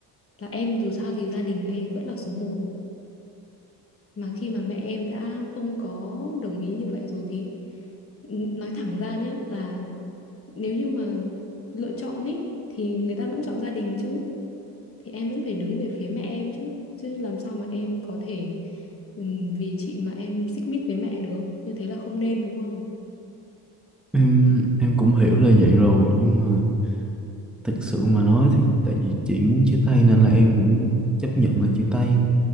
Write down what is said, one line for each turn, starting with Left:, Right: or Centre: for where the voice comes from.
Left: là em dù sao thì gia đình em vẫn là số một. Mà khi mà mẹ em đã không có đồng ý như vậy rồi thì n- nói thẳng ra nhá là nếu như mà lựa chọn ý thì người ta vẫn chọn gia đình chứ thì em vẫn phải đứng về phía mẹ em chứ chứ làm sao mà em có thể ừm, vì chị mà em xích mích với mẹ được như thế là không nên đúng không
Centre: em em cũng hiểu là vậy rồi nhưng mà thực sự mà nói thì tại vì chị muốn chia tay nên là em cũng chấp nhận là chia tay